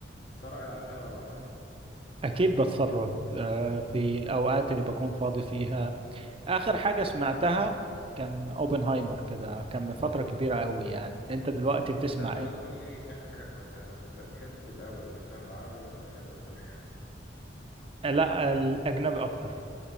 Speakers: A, on the left; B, on the right.
A: تتفرج على افلام يا عبد الرحمن
B: أكيد بتفرج آه، في الأوقات اللي بكون فاضي فيها آخر حاجة سمعتها
A: حلو جدا
B: كان أوبنهايمر كده كان من فترة كبيرة أوي يعني أنت دلوقتي بتسمع
A: قبل
B: إيه؟
A: ما تقول لي اخر حاجه سمعتها انت بتحب الاول الافلام العربي ولا الاجنبي اكتر
B: آه، لا الأجنبي أكتر